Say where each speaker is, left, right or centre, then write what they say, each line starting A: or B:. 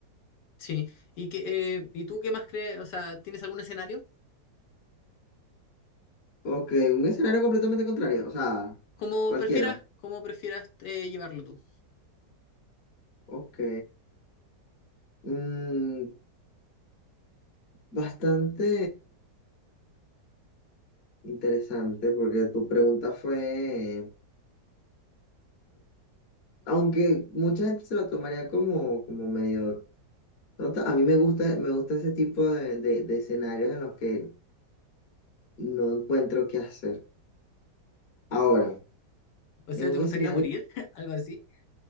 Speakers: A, on the left (about 75°); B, on the left (about 45°).
A: sí. ¿Y, que, eh, ¿y tú qué más crees? O sea, ¿tienes algún escenario?
B: Ok, un escenario completamente contrario, o sea,
A: Como
B: cualquiera.
A: prefieras, como prefieras eh, llevarlo tú.
B: Ok. Mm, bastante interesante porque tu pregunta fue, aunque mucha gente se la tomaría como, como medio tonta, a mí me gusta, me gusta ese tipo de, de, de escenarios en los que no encuentro qué hacer. Ahora,
A: O sea,
B: en
A: ¿te
B: un
A: gustaría
B: escenario...
A: morir? <laughs> Algo así.